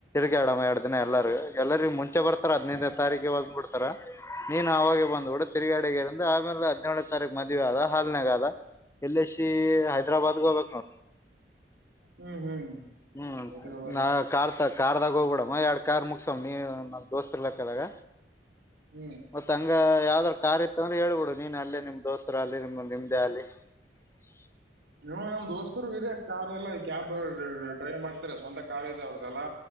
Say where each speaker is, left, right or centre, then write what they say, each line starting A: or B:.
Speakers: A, on the left; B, on the right.
A: ತಿಗಿಡ ಎರ ದಿನ ಎಲ್ಲಾರ ಎಲ್ಲರಿಗ ಮುಂಚೆ ಬರ್ತಾರೆ ಹದಿನೈದೇ ತಾರೀಕ ಹ ಬಿಡ್. ನೀನು ಅವಾಗೆ ಬಂದ <unintelligible> ಕೂಡ ತಿರ್ಗಾಡಗ ಇಂದ ಆಮೇಲೆ ಹದಿನೇಳೇ ತಾರೀಕು ಮದುವೆ ಆದ ಹಾಲನಗಾಲ. ಎಲ್ಲ ಸಿ ಹೈದ್ರಾಬಾದ್ಗೆ ಹೋಗ್ಬೇಕಕ್ ನೋಡು.
B: ಹ್ಮ್ ಹ್ಮ್
A: ಹ್ಮ್
B: ಹೈದ್ರಾಬಾದ್
A: ನಾ ಕಾರ್ ತ ಕಾರ್ದಾಗೋಗ್ಬೂಡ <unintelligible> ಎರಡು ಕಾರ್ ಮುಗಸ ನೀ ನಮ್ ದೋಸ್ತತ್ ಇರ್ಲಕದಗ
B: ಹ್ಮ್
A: ಮತ್ತ ಹಂಗ ಯಾವ <unintelligible> ಆಯ್ತಂದ್ರೆ ಹೇಳ್ಬಿಡು ನೀನ್ ಅಲ್ಲಿ ನಿಮ್ ದೋಸ್ತರ ಅಲ್ಲಿ ನಿಮ್ದ ನಿಮ್ದೇ ಅಲ್ಲಿ. <unintelligible>
B: ನೀ ನಮ್ ದೋಸ್ತರು ಇದೆ ಕಾರ್ ಎಲ್ಲ ಕ್ಯಾಬ್ ಡ್ರೈವ್ ಮಾಡ್ತಾರೆ ಸ್ವಂತ ಕಾರ್ ಇದೆ ಅವ್ರ್ದಲ್ಲಾ.